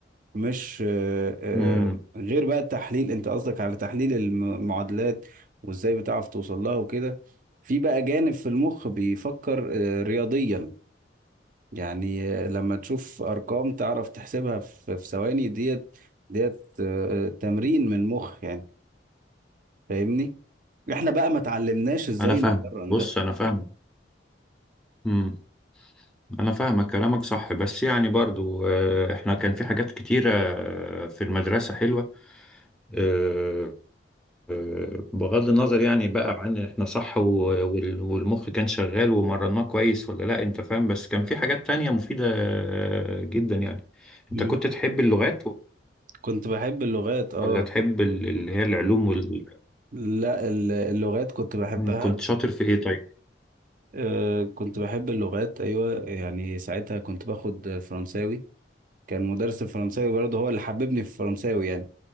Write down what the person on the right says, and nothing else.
مش آه، آه،
غير بقى التحليل انت قصدك على تحليل الم- المعادلات وازاي بتعرف توصل لها وكده في بقى جانب في المخ بيفكر آه، رياضيا يعني آه، لما تشوف ارقام تعرف تحسبها في في ثواني ديت ديت آه، آه، تمرين من مخ يعني فاهمني احنا بقى ما اتعلمناش ازاي
نتمرن
ده
طبعا
مم.
كنت بحب اللغات اه
لا ال- اللغات كنت بحبها
آه، كنت بحب اللغات أيوة يعني ساعتها كنت باخد فرنساوي كان مدرس الفرنساوي برضه هو اللي حببني في الفرنساوي يعني